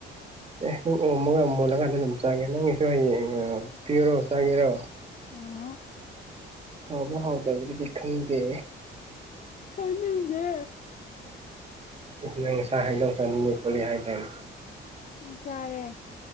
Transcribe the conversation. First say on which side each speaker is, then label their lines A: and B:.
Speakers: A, on the right; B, on the left.
A: ꯑꯦ ꯎꯃꯒ ꯃꯨꯜꯂꯀꯥꯟꯗ ꯑꯗꯨꯝ ꯆꯥꯒꯦ ꯅꯪꯒꯤꯁꯨ ꯍꯌꯦꯡ ꯄꯤꯨꯔꯣ ꯆꯥꯒꯦꯔꯣ
B: ꯑꯥ
A: ꯍꯥꯎꯕ ꯍꯥꯎ ꯇꯕꯤꯗꯤꯗꯤꯈꯟꯗꯦ
B: ꯆꯅꯤꯒꯦ
A: ꯅꯪ ꯁ ꯍꯩꯗꯣꯁꯅꯤꯡ ꯀꯣ ꯍꯥꯏ ꯇꯝ
B: ꯎ ꯆꯔꯦ